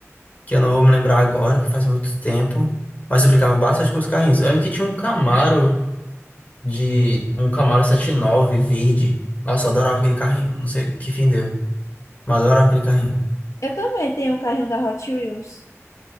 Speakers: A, on the left; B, on the left.
A: que eu não vou me lembrar agora, faz muito tempo, mas eu brincava bastante com os carrinhos. Eu lembro que tinha um Camaro de um Camaro 79 verde. Nossa, eu adorava aquele carrinho. Não sei que fim deu, mas eu adorava aquele carrinho.
B: Eu também tenho um carrinho da Hot Wheels.